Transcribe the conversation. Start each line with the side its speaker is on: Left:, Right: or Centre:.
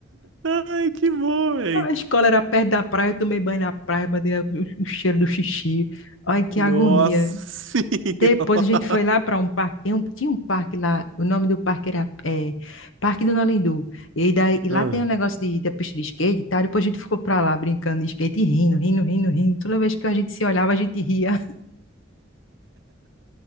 Right: Ai, que bom, velho.
Left: A escola era perto da praia. Eu tomei banho na praia, bati o o cheiro do xixi. Ai, que
Right: Nossa
Left: agonia.
Right: senhora.
Left: Depois a gente foi lá
Right: <laughs>
Left: para um parque, tem um- tinha um parque lá, o nome do parque era eh, Parque do Nolindu. E, daí, e
Right: Ah.
Left: lá tem um negócio de, da pista de skate e tal. Depois a gente ficou para lá brincando de skate e rindo, rindo, rindo, rindo. Toda vez que a gente se olhava, a gente ria.